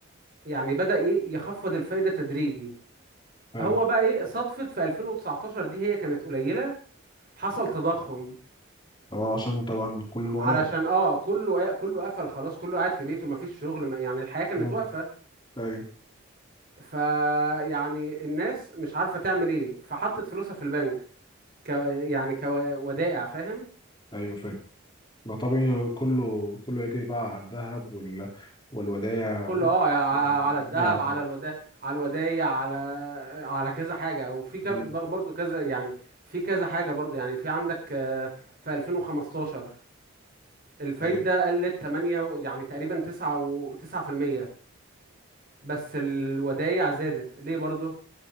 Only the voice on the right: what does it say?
يعني بدأ ايه يخفض الفايدة تدريجي
هو بقى ايه صدفة في 2019 دي هي كانت قليلة حصل تضخم
علشان
اه كله كله قفل خلاص كله قاعد في بيته مفيش شغل ما يعني الحياة كانت
واقفة
فيعني الناس مش عارفة تعمل ايه فحطت فلوسها في البنك ك يعني كودائع فاهم
كله
اه ع-
على الذهب على الودا على الودايع على على كذا حاجه وفي كر-
بر- برضو كذا يعني في كذا حاجه برضو يعني في عندك آه، في 2015 الفايده
قلت 8 و- يعني تقريبا 9 و 9% بس الودايع زادت ليه برضو